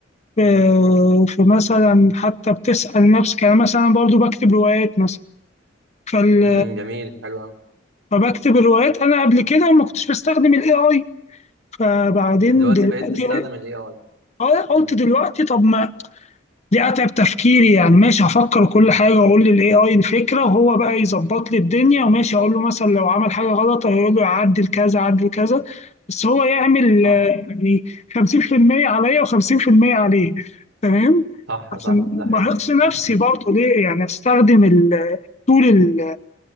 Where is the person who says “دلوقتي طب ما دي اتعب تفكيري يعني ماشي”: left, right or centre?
Left